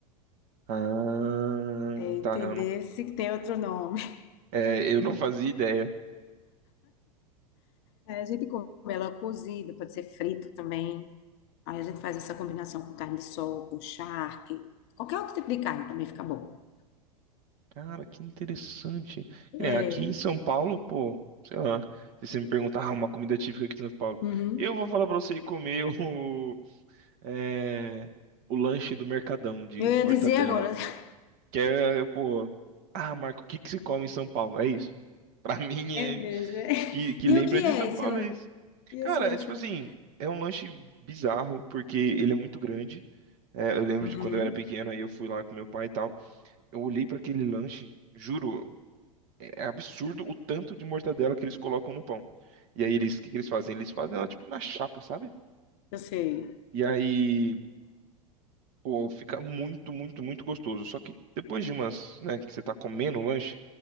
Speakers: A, on the right; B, on the left.
A: Ah,
B: É entender
A: tá, eu não,
B: se tem outro nome. <laughs>
A: é, eu não fazia ideia.
B: Aí a gente come ela cozida, pode ser frita também. Aí a gente faz essa combinação com carne de sol, com charque, qualquer outro tipo de carne também fica bom.
A: Cara, que interessante.
B: É.
A: Que nem Aqui em São Paulo, pô, sei lá, se você me perguntar ah, uma comida típica aqui de São Paulo,
B: Uhum.
A: eu vou falar pra você ir comer <laughs> o, é, o lanche do Mercadão de
B: Eu ia
A: mortadela.
B: dizer agora. <laughs>
A: Que é, pô, ah, Marco, o que que se come em São Paulo? É isso. Pra <laughs> mim,
B: É
A: é,
B: mesmo. é.
A: que, que
B: E
A: lembra
B: o que
A: de
B: é
A: São
B: esse
A: Paulo
B: lanche?
A: é isso.
B: E
A: Cara,
B: esse lanche?
A: é tipo
B: é
A: assim,
B: o-
A: é um lanche bizarro, porque ele é muito grande. É, eu lembro
B: Uhum.
A: de quando eu era pequeno, aí eu fui lá com meu pai e tal. Eu olhei pra aquele lanche, juro, é absurdo o tanto de mortadela que eles colocam no pão. E aí eles, o que que eles fazem? Eles fazem ela tipo na chapa, sabe?
B: Eu sei.
A: E aí, pô, fica muito, muito, muito gostoso. Só que depois de umas, né, que você tá comendo o lanche,